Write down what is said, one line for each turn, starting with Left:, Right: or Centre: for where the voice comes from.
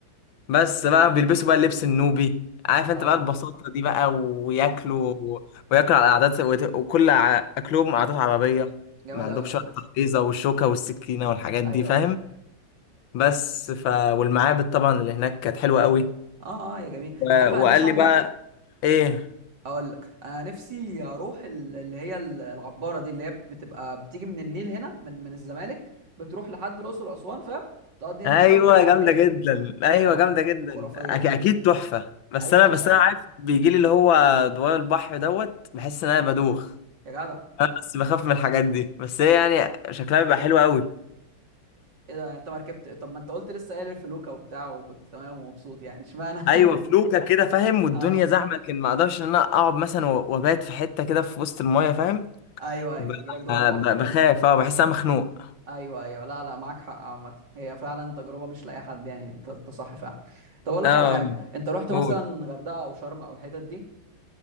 Left: بس بقى بيلبسوا بقى اللبس النوبي عارف أنت
Right: اه
Left: بقى البساطة دي بقى وياكلوا
Right: تحفه
Left: وياكلوا على عادات وت- وكل ع- أكلهم عادات عربية
Right: جامد
Left: ما عندهمش
Right: قوي بجد
Left: بقى التحفيظة والشوكة والسكينة والحاجات
Right: ايوه
Left: دي فاهم
Right: ايوه
Left: بس ف والمعابد طبعا اللي هناك كانت حلوه قوي
Right: اه اه يا جميل
Left: و...
Right: انت عارف
Left: وقال
Right: انا نفسي اعمل
Left: لي بقى
Right: ايه
Left: ايه
Right: هقول لك انا نفسي اروح ال- اللي هي ال- العباره دي اللي هي بتبقى بتيجي من النيل هنا من من الزمالك بتروح لحد الاقصر واسوان فاهم تقضي هناك
Left: ايوه
Right: شويه وترجع
Left: جامده
Right: تاني
Left: جدا ايوه
Right: اه
Left: جامده جدا
Right: خرافيه
Left: أك...
Right: دي يعني.
Left: اكيد تحفه بس
Right: ايوه
Left: انا
Right: ايوه
Left: بس
Right: ايوه
Left: انا عارف بيجي لي اللي هو دوار البحر دوت بحس ان انا بدوخ
Right: يا جدع
Left: بس بخاف من الحاجات دي بس هي يعني شكلها بيبقى حلو قوي
Right: ايه ده يعني انت ما ركبت طب ما انت قلت لسه قايل الفلوكه وبتاع وكنت تمام ومبسوط يعني اشمعنى
Left: ايوه
Right: <laughs>
Left: فلوكه كده فاهم والدنيا
Right: اه
Left: زحمه لكن ما اقدرش ان انا اقعد مثلا و- وابات في حته كده في وسط المايه فاهم
Right: ايوه ايوه
Left: ب...
Right: بيجيلك دوار
Left: ب...
Right: بحر
Left: بخاف اه بحس إن انا مخنوق
Right: ايوه ايوه لا لا معاك حق عامه هي فعلا تجربه مش لاي حد يعني انت انت صح فعلا طب اقول لك
Left: اه
Right: على حاجه انت رحت
Left: قول
Right: مثلا غردقه او شرم او الحتت دي